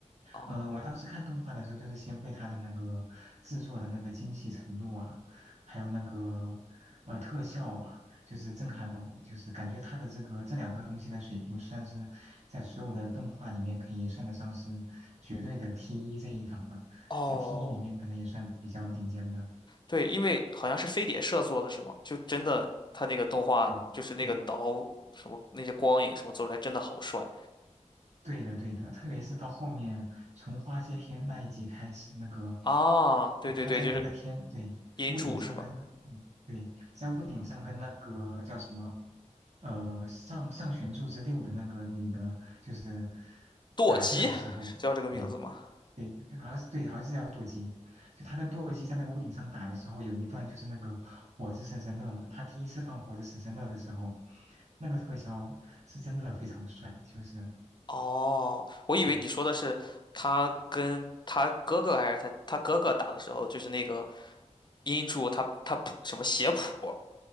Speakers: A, on the left; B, on the right.
A: 哦
B: 嗯、呃我当时看动画的时候，就是先被它的那个制作的那个精细程度啊，还有那个呃特效啊，就是震撼到我，就是感觉它的这个这两个东西的水平，算是在所有的动画里面可以算得上是绝对的 T 一这一档了，
A: 哦，
B: 在 T 一里面可能也算比较顶尖的。
A: 对，因为好像是飞碟社做的是吗？就真的他那个动画就是那个刀什么那些光影什么做出来真的好帅
B: 对对，对的，对的，特别是到后面从花谢篇那一集开始，那个
A: 啊！对对对，
B: 就他在那个天，
A: 就是
B: 对，
A: 音柱是吧？
B: 屋顶上跟那，嗯，对，在屋顶上跟那个叫什么，呃，上上弦柱之六的那个女的，就是
A: 舵吉是叫这个名字吗？
B: 打架的时候，对对，就好像是对，好像是叫舵机，就他跟舵机在那个屋顶上打的时候，有一段就是那个火之神神乐嘛，他第一次放火之神神乐的时候，那个特效是真的非常帅，就是
A: 哦，我以为你说的是他跟他哥哥还是他他哥哥打的时候，
B: 嗯。
A: 就是那个音柱他他谱什么写谱，